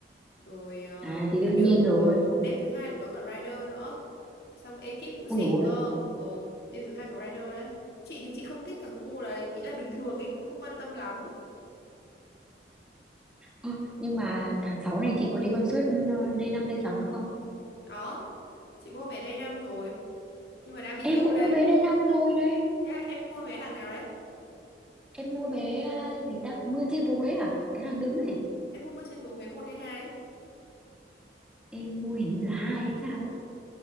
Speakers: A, on the left; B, in the centre.
A: rồi ờ,
B: À thì đương
A: hình như
B: nhiên rồi.
A: ờ, đêm thứ hai lại có cả Rider nữa. Xong ekip cũng xịn
B: Ui dồi, ôi.
A: cơ. Ờ, đêm thứ hai có Rider đấy. Chị thì chị không thích thằng cu đấy, ý là bình thường ý cũng không quan tâm lắm.
B: Ơ, nhưng mà tháng 6 này chị có đi concert ờ, Day 5 Day 6 nữa không?
A: Đó, chị mua vé đây năm rồi nhưng mà đang bị
B: Em
A: dư
B: cũng
A: đây.
B: mua vé Day năm rồi này.
A: Thế à, em mua vé hàng nào đấy?
B: Em mua vé ờ, gì ta? Mưa trên phố Huế à? Cái hàng đứng ấy.
A: Em mua bên trên phố Huế một hay hai
B: em mua hình như là hai hay sao ấy